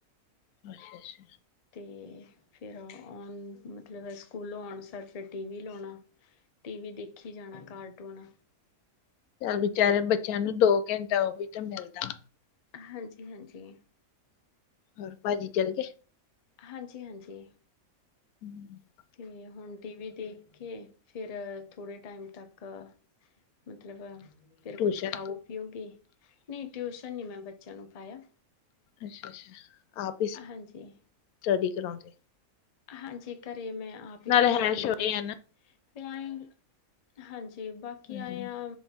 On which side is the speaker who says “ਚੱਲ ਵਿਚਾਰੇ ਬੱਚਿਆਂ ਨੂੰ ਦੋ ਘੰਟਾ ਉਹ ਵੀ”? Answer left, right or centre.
Left